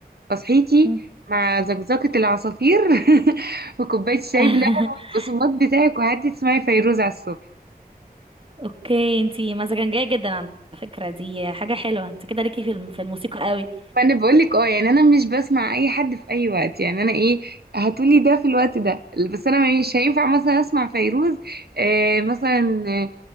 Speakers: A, on the right; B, on the right.
A: فصحيتي
B: مم.
A: مع زقزقه العصافير <laughs> وكوبايه شاي
B: <laughs>
A: بلبن والبقسماط بتاعك وقعدتي تسمعي فيروز على الصبح
B: اوكي انتي مزاجنجية جدا على فكرة دي حاجة حلوة انت كده ليكي في الم- في الموسيقى قوي
A: وانا بقول لك اه يعني انا مش بسمع اي حد في اي وقت يعني انا ايه هتقولي ده في الوقت ده بس انا مش هينفع مثلا اسمع فيروز آه مثلا آه،